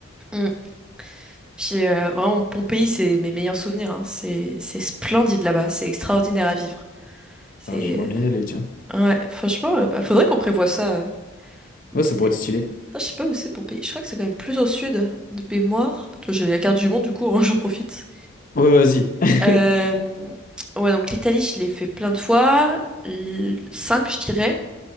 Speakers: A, in the centre; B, on the left.
A: Mm. J'ai, euh, vraiment, Pompéi, c'est mes meilleurs souvenirs. hein. C'est, c'est splendide là-bas. C'est extraordinaire à vivre. C'est,
B: Ah, j'aimerais bien y aller, tiens.
A: euh, ouais, franchement, euh, bah, faudrait qu'on prévoie ça. euh.
B: Ouais, ça
A: C'est-
B: pourrait être stylé.
A: Putain, Je sais pas où c'est Pompéi. Je crois que c'est quand même plus au sud de mémoire. Toi, J'ai la carte du monde, du coup, hein, <laughs> j'en profite.
B: Ouais, ouais, vas-y. <laughs>
A: Euh, ouais, donc l'Italie, je l'ai fait plein de fois. L- Cinq, je dirais.